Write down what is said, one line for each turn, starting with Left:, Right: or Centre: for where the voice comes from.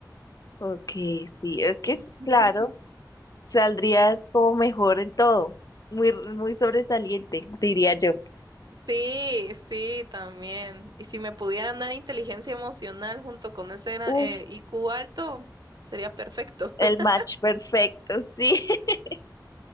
Left: Ok, sí, es que
Right: <laughs>
Left: es claro, saldría como mejor en todo, muy, muy sobresaliente, diría yo.
Right: Sí, sí, también. Y si me pudieran dar inteligencia emocional junto con ese gran-
Left: Uf,
Right: eh, IQ alto, sería perfecto.
Left: el
Right: <laughs>
Left: match perfecto, sí. <laughs>